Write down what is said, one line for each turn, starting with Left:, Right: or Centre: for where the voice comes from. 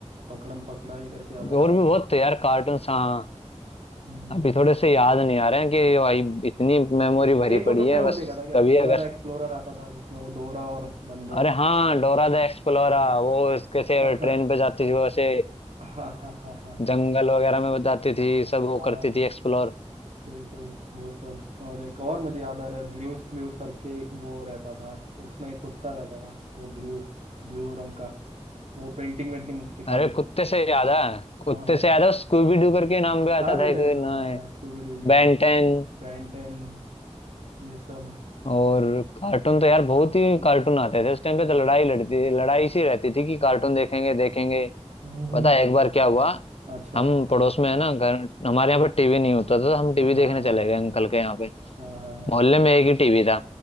Right: पकड़म पकड़ाई करके आता था
Left: और भी बहुत थे यार कार्टून हाँ
Right: हम्म,
Left: अभी थोड़े से याद नहीं आ रहे हैं कि भाई इतनी मेमोरी भरी
Right: एक वो
Left: पड़ी
Right: तुमने
Left: है
Right: वो
Left: बस
Right: देखा था क्या
Left: कभी
Right: डोरा
Left: अगर
Right: द एक्सप्लोरर आता था जिसमें वो डोरा और बंदर
Left: अरे हाँ डोरा द एक्सप्लोरा वो उसके
Right: <laughs>
Left: से ट्रेन पे जाती थी वो ऐसे
Right: हाँ हाँ हाँ
Left: जंगल वगैरह में बताती थी सब
Right: हाँ
Left: वो करती थी एक्सप्लोर
Right: बिल्कुल वो सब और एक और मुझे याद आ रहा है ब्लूज क्लूज करके एक वो रहता था उसमें एक कुत्ता रहता था वो ब्लू ब्लू रंग का वो पेंटिंग वेंटिंग सिखाता
Left: अरे
Right: था
Left: कुत्ते से याद है कुत्ते
Right: हाँ हाँ
Left: से याद है स्कूबी डू करके नाम भी आता
Right: अरे
Left: था एक
Right: रे हाँ
Left: ना
Right: हाँ हाँ स्कूबी डूबी
Left: बेंटेन
Right: बेंटेन ये सब
Left: और कार्टून तो यार बहुत ही कार्टून आते थे उस टाइम पे तो लड़ाई लड़ती लड़ाई सी रहती थी कि कार्टून देखेंगे देखेंगे
Right: हम्म,
Left: पता है एक बार क्या हुआ
Right: अच्छा
Left: हम पड़ोस में है ना घर हमारे यहाँ पर टीवी नहीं होता था तो हम टीवी
Right: हाँ
Left: देखने
Right: हाँ
Left: चले गए अंकल के यहाँ पे
Right: हाँ हाँ हाँ
Left: मोहल्ले में एक ही टीवी था